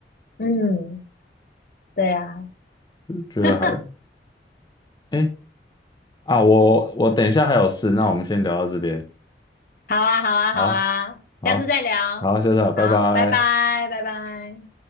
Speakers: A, on the left; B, on the left.
A: 嗯，对啊。
B: 觉得还
A: <laughs>
B: 哎啊，我我等一下还有事，那我们先聊到这边，
A: 好啊，好啊，
B: 好，
A: 好啊，
B: 好，
A: 下次再聊。
B: 好，下次啊，拜拜。
A: 好，拜拜，拜拜。